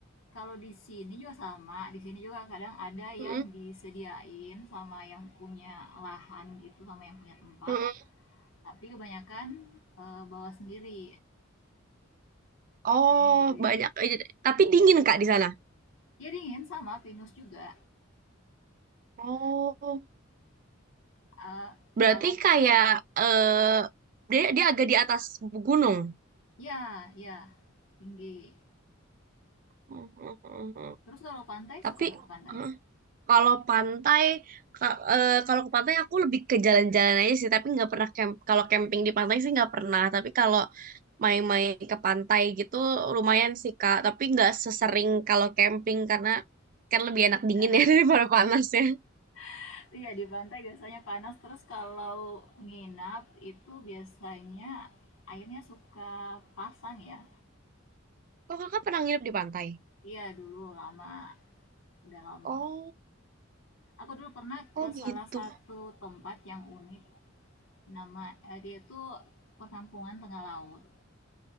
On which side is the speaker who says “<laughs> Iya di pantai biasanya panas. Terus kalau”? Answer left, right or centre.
Left